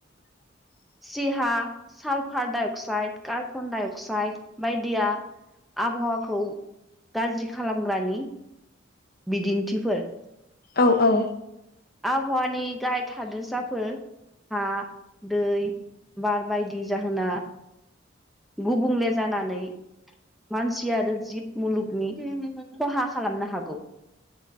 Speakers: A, on the left; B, in the centre.
A: <inaudible>
B: सिहा सालफाड dioxide carbon dioxide बायदिया आबहावाखौ गाज्रि खालामग्रानि बिदिन्थिफोर
A: औ औ
B: आबहावानि गाहाय थादेरसाफोर हा दै बार बायदि जाहोना गुबुंले जानानै मानसि आरो जिब मुलुगनि खहा खालामनो हागौ।